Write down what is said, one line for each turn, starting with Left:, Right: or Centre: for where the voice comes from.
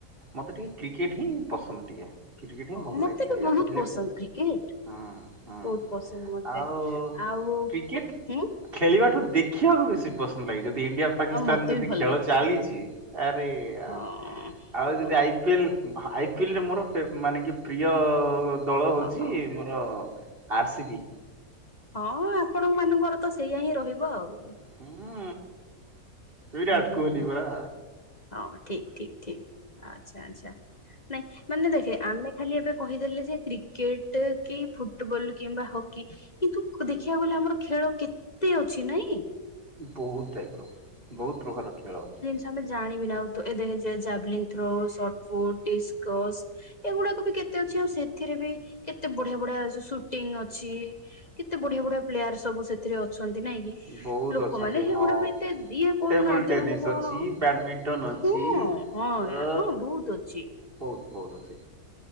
Right: ମତେ ଟିକେ କ୍ରିକେଟହିଁ ପସନ୍ଦ ଟିକେ। କ୍ରିକେଟ ହିଁ
Left: ହଁ
Right: ଭଲ
Left: ମତେ
Right: ଲାଗେ ଖେଳିବା
Left: ବି ବହୁତ
Right: ତ ଖେଳିବା,
Left: ପସନ୍ଦ
Right: ପାଇଁ
Left: କ୍ରିକେଟ
Right: ହଁ ହଁ-
Left: ବହୁତ ପସନ୍ଦ ମତେ,
Right: ଆଉ
Left: ଆଉ,
Right: କ୍ରିକେଟ
Left: ହୁଁ
Right: ଖେଳିବାଠୁ ଦେଖିବାକୁ ବେଶୀ ପସନ୍ଦ ଲାଗେ, ଯଦି ଇଣ୍ଡିଆ ପାକିସ୍ତାନ
Left: ଆଉ ମତେ
Right: ଯଦି
Left: ବି ଭଲ
Right: ଖେଳ
Left: ଲାଗେ
Right: ଚାଲିଚି ଆରେ -ଆର୍।
Left: ହଁ
Right: ଆଉ ଯଦି
Left: ହଁ
Right: ଆଇପିଏଲ୍, ଆଇପିଏଲରେ ମୋର ଫେବ୍- ମାନେ ପ୍ରିୟ ଦଳ ହେଉଛି
Left: ହଁ ହଁ
Right: ହ-ଆର୍ ସି ବି।
Left: ହଁ, ଆପଣଙ୍କ ମାନଙ୍କର ତ ସେଇଆା ହିଁ ରହିବ ଆଉ।
Right: ହୁଁ ବିରାଟ
Left: ହୁଁ
Right: କୋହଲି, ବା।
Left: ହଁ, ଠିକ, ଠିକ, ଠିକ ଆଚ୍ଛା, ଆଚ୍ଛା ନାଇଁ ମାନେ ଦେଖେ, ଆମେ ଖାଲି ଏବେ କହିଦେଲେ ଯେ କ୍ରିକେଟ କି ଫୁଟବଲ କିମ୍ବା ହକି କିନ୍ତୁ ଦେଖିବାକୁ ଗଲେ ଆମର ଖେଳ କେତେ ଅଛି! ନାଇଁ?
Right: ବହୁତ ଟାଇପର, ବହୁତ ପ୍ରକାର ଖେଳ ଅଛି।
Left: ତମେ ଜାଣିବି ନାଁ ଏ ଦେ ଜାଭଲିନ ଥ୍ରୋ, ସଟଫୁଟ, ଡିସକସ ଏଗୁଡାକବି କେତେ ଅଛି, ଆଉ ସେଥିରେବି କେତେ ବଢିଆ ବଢିଆ ସୁ-ସୁଟିଂ ଅଛି କେତେ ବଢିଆ ବଢିଆ ପ୍ଲେୟାର ସବୁ ସେଥିରେ ଅଛନ୍ତି, ନାଇଁ କି?
Right: ବହୁତ
Left: ଲୋକମାନେ
Right: ଅଛନ୍ତି
Left: ସେଗୁଡାକୁ
Right: ହଁ
Left: ଏତେ ଦିଏ କରୁନାହାନ୍ତି,
Right: ଟେବୁଲ ଟେନିସ୍
Left: ମାନେ କଣ?
Right: ଅଛି ବ୍ୟାଡମିଣ୍ଟନ ଅଛି।
Left: ହୁଁ, ହଁ,
Right: ଅ
Left: ହଁ ବହୁତ ଅଛି।
Right: ବହୁତ, ବହୁତ।